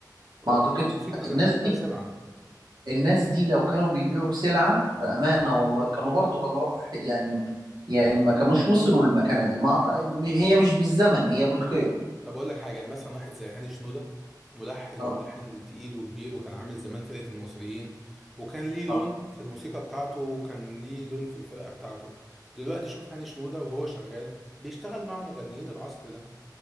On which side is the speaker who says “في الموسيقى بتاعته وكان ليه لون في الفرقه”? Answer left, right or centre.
Centre